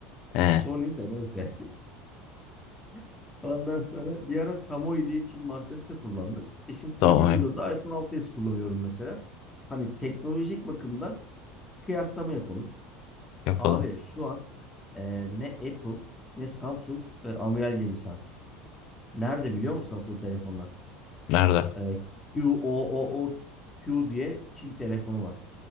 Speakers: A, on the left; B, on the left.
A: He,
B: Sony de neyse. <laughs> Ondan sonra bir ara Samoy diye Çin markası da kullandım. E şimdi sekiz
A: tamam
B: yıldır da iPhone 6s kullanıyorum mesela. Hani teknolojik bakımdan kıyaslama yapalım.
A: yapalım.
B: Abi şu an e, ne Apple ne Samsung e, amiral gemisi artık. Nerede biliyor musun asıl telefonlar?
A: Nerede?
B: E, QOOQ diye Çin telefonu var.